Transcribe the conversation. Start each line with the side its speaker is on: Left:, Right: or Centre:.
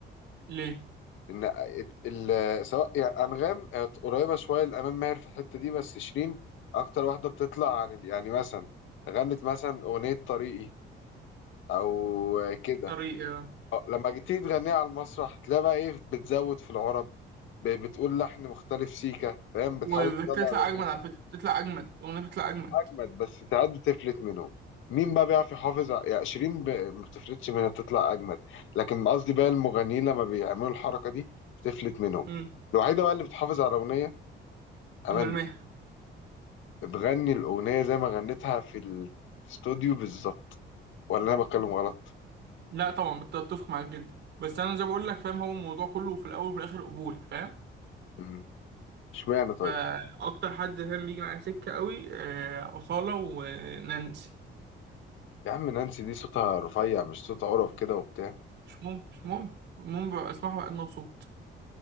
Right: ليه؟
Left: لان ال- ال- سواء يعني انغام قريبه شويه لامال ماهر في الحته دي بس شيرين اكتر واحده بتطلع عن ال- يعني مثلا غنت مثلا اغنيه طريقي او كده
Right: طريقة
Left: أه، لما جيتي تغنيها على المسرح تلاقي بقى ايه بتزود في العرب ب- بتقول لحن مختلف سيكا فاهم
Right: وبتطلع
Left: بتحاول تطلع الاغنيه
Right: اجمد على فكره بتطلع اجمد الاغنيه بتطلع اجمد
Left: جامد، بس ساعات بتفلت منهم مين بقى بيعرف يحافظ ع- يعني شيرين ب... ما بتفلتش منها بتطلع اجمد لكن قصدي بقى المغنيين لما بيعملوا الحركه دي بتفلت منهم
Right: امم
Left: الوحيده بقى اللي بتحافظ على الاغنيه
Right: اما
Left: امال
Right: المهر
Left: ماهر بتغني الاغنيه زي ما غنتها في الاستوديو بالظبط ولا انا بتكلم غلط
Right: لا طبعا بت- بتفق معاك جدا بس انا زي ما بقول لك فاهم هو الموضوع كله في الاول وفي الاخر قبول فاهم
Left: مم. اشمعنى طيب
Right: فاكتر حد فاهم بيجي معايا سكه قوي آه، اصاله ونانسي
Left: يا عم نانسي دي صوتها رفيع مش صوتها قرف كده وبتاع
Right: مش مهم مش مهم المهم ببقى اسمعها بقى أنا مبسوط